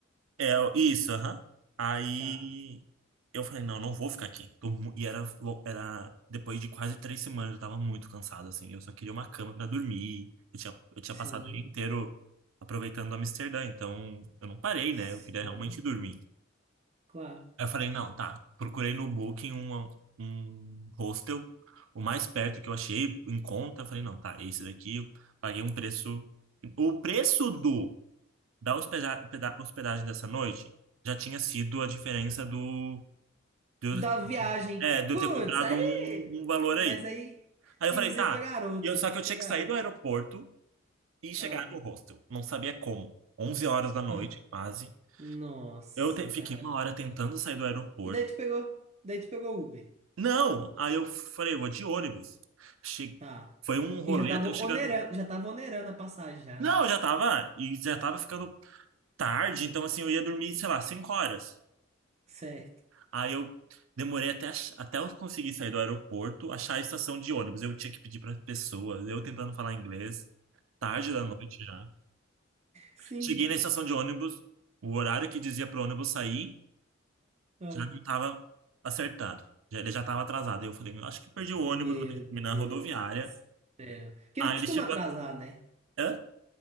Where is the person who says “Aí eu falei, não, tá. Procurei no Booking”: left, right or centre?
Right